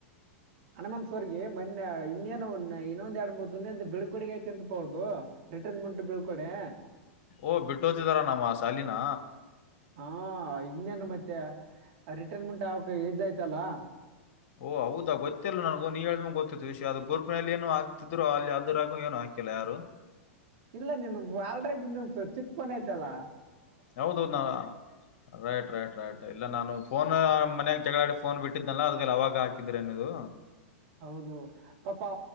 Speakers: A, on the right; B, on the left.
A: ಹಣಮನ್ ಸರ್ ಗೆ ಮೊನ್ನೆ ಇನ್ನೇನು ಇನ್ನೊಂದ ಎರಡು ಮೂರು ದಿನದ ಒಂದು ಬಿಳಕೊಡುಗೆ ಆಯತೆಂತ ಹೌದು ರಿಟರ್ನ್ಮೆಂಟ್ ಬೀಳ್ಕೊಡೆ
B: ಓಹ್ ಬಿಟ್ಟು ಹೊತಿದಾರ ನಮ್ಮ ಸಾಲಿನ
A: ಹಾ ಇನ್ನೇನು ಮತ್ತೆ ರಿಟೈರ್ಮೆಂಟ್ ಆಕಗ ಏಜ್ ಆಯ್ತಲ್ಲಾ
B: ಓಹ ಹೌದಾ ಗೊತ್ತಿಲ್ಲ ನನಗ ನೀ ಹೇಳಿದ್ಮ ಗೊತ್ತತ್ತು ವಿಷಯ ಅದು ಗ್ರೂಪ್ನಲ್ಲಿ ಏನು ಹಾತಿದ್ರು ಅಲ್ಲಿ ಅದ್ರಾಗ ಏನು ಹಾಕಿಲ್ಲ ಯಾರು
A: ಇಲ್ಲ ನೀನು ಆಲ್ರೆಡಿ ಇನ ಚಿಕ್ ಪನ್ಯ್ತಲ್ಲಾ.
B: ಯಾವದ ನಾ ರೈಟ್ ರೈಟ್ ರೈಟ್ ಇಲ್ಲ ನಾನು. ಫೋನ್ ಮನ್ಯಾಗ ಜಗಳಾಡಿ ಫೋನ್ ಬಿಟ್ಟಿದನಲ್ಲ ಅದಲ್ಲಿ ಅವಾಗ ಹಾಕಿದೀರ ನೀದು.
A: ಹೌದು ಪಾಪಾ